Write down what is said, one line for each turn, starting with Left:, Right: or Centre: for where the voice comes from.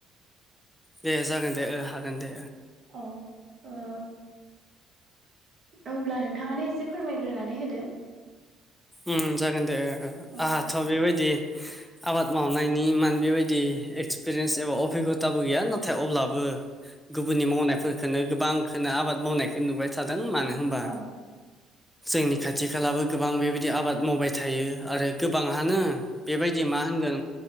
Centre: दे जागोन दे हागोन दे
Right: औ ओ अब्ला नोंथाङानो एसे फोरमायग्रोनानै होदो
Centre: ओम जागोन दे आंहाथ'
Right: औ
Centre: बेबायदि आबाद मावनायनि मान बेबायदि एक्सपिरियेन्स एबा अभिगथाबो गैया नाथाय अब्लाबो गुबुननि मावनायफोरफोरखौनो गोबांखौनो आबाद मावनायखौ नुबाय थादों मानो होनबा
Right: औ
Centre: जोंनि खाथि खालाबो गोबां बेबायदि बिदि आबाद मावबाय थायो आरो गोबाङानो बेबायदि मा होनगोन